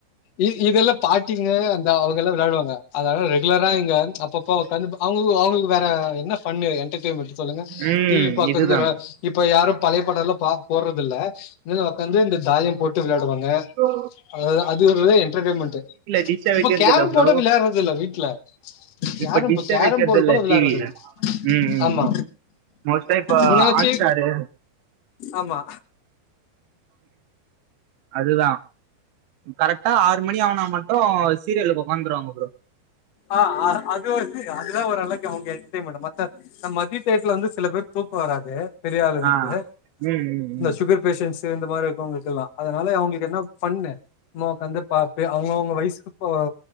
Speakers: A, on the left (about 85°); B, on the right (about 75°).
A: இ இதெல்லா பாட்டிங்க அந்த அவ் கள்லா விளாடுவாங்க அதலா ரெகுலரா இங்க அப்பப்ப ஒக்காந்துப்ப அவ்ங்கள்க்கு அவங்களுக்கு வேற என் ன்ன என்டர்டெய்மெண்ட்டு சொல்லுங்க
B: ம்
A: டி வி பாக்றதுங்குற
B: இதுதான்
A: இப்ப யாரு பழையப் படலா பா போட்றதில்ல திண்ணைல ஒக்காந்து இந்த தாயம் போட்டு விளாடுவாங்
B: ப்ரோ
A: அதுதா அது ஒருதே என்டர்டெய்ன்மெண்ட்டு
B: டிஷ்ஷே
A: இப்ப
B: வைக்கிறது
A: கேரம்
B: இல்ல ப்ரோ
A: போர்டே விளாட்றதில்ல வீட்ல
B: இப்ப
A: யாரும்
B: டிஷ்ஷ
A: கேரம்
B: வெக்கற்தில்ல
A: போர்டு கூட
B: டி
A: விளையாடுறதில்ல.
B: வி ல ம் ம்
A: ஆமா
B: ம் மோஸ்டா இப்ப
A: முன்னாச்சு
B: ஆட்ஸ்டாரு
A: ஆமா
B: அதுதா ம் கரெக்டா ஆறு மணி ஆவுனா மட்டு சீரியலுக்கு ஒக்காந்துருவாங்க ப்ரோ
A: ஆ ஆ அது வச்சுக்க அதுலா ஓரளவுக்கு அவ்ங்க என்டர்டெய்ன்மென்ட்டு மத்த நம் மதி டேட்ல வந்து சில பேர் தூக்க வராது பெரிய ஆளுங்களுக்கு
B: ஆ ம் ம் ம்
A: இந்த சுகர் பேஷன்ட்ஸ் தி இந்த மாரி இருக்கவ்ங்களுக்கெல்லா அதனால அவ்ங்களுக்கு என்ன ஃபன்னு மா வந்து பாப்பே அவ்ங்கவ்ங்க வயசுக்கு இப்ப